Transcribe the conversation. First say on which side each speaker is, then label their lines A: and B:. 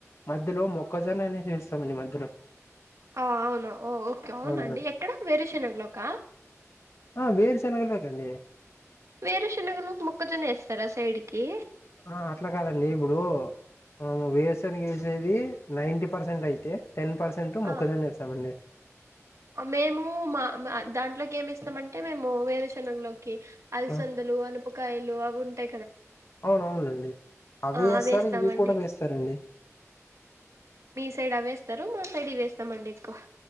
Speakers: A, on the left; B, on the right.
A: మధ్యలో మొక్కజొన్న అనేది వేస్తాం మధ్యలో
B: ఆ అవును ఓ ఓకే అవునండి
A: అవునవును
B: ఎక్కడ వేరే శెనగ పప్పు క్క
A: ఆ బేరు చెన వండి
B: వేరు శనగలో ముక్కజనే వేస్తారా సైడ్కి
A: ఆ అట్లా కాదండి ఇప్పుడు మనం వేసనికి వేసేది నైన్టీ పర్సెంట్ అయితే టెన్ పర్సెంట్ మొక్కజొన్న
B: ఆ
A: వేస్తామండి
B: మేము మా మ దాంట్లకి ఏమి ఇస్తామంటే మేము వేరే శనగలో కి అల్సందలు
A: ఆ
B: అనుపకాయలు ఉంటా
A: అవునవునండి అవి
B: ఆ
A: వేస్తారు
B: అవేస్తామండి
A: ఇవి కూడా వేస్తారండి.
B: సైడ వేస్తారు సైడి వేస్తామండి ఎక్కువ